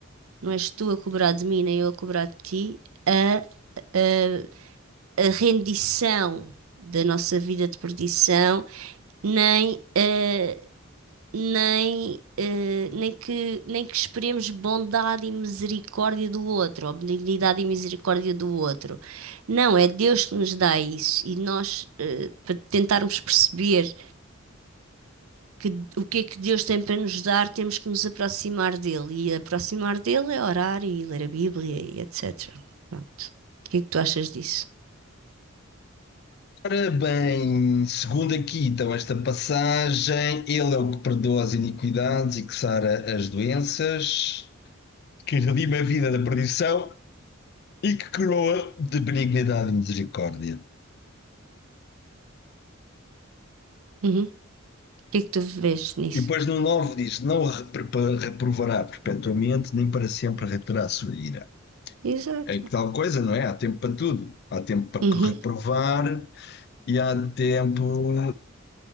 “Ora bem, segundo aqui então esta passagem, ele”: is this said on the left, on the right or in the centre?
Left